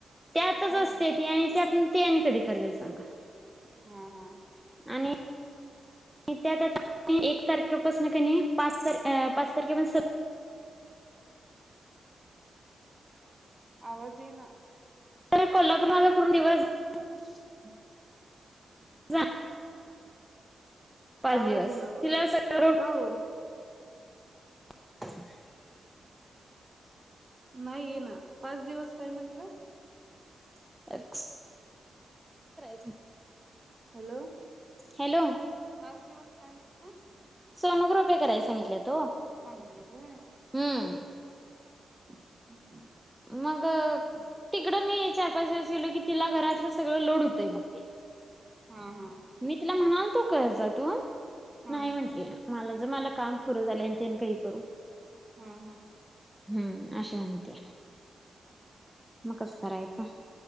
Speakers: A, in the centre; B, on the right.
A: त्यातच
B: होय
A: असत्या ती आणि त्यातून ते आणि कधी करेल सांगा?
B: हा हा
A: आणि आणि त्यात आ <inaudible> एक तारखेपासन कनी पाच तार अं पाच तारखेपर्यंत स
B: आवाज येई ना.
A: काल कोल्हापूरला आलोय पूर्ण दिवस
B: रिकामा ऑडिओ
A: जाणार पाच
B: आवाज
A: दिवस
B: येईना बघा
A: तिला सगळं रोड
B: का ओ?
A: <inaudible>
B: नाही येईना पाच दिवस काय म्हटला?
A: <unintelligible>
B: हॅलो
A: हॅलो
B: <unintelligible>
A: सोनोग्राफी करायला सांगितल्यात. तो
B: सांगितलं ते
A: हूं
B: <inaudible>
A: मग तिकड मी चार पाच दिवस गेलो की तिला घरातलंस सगळं लोड होतय मग ते
B: हा हा
A: मी तिला म्हणालतो कर जात <unintelligible>
B: हा
A: माझं
B: हा
A: मला काम पुरं झाले आणि ते आणि कधी करू?
B: हा हा
A: हम्म अशी म्हणती मग कस करायचं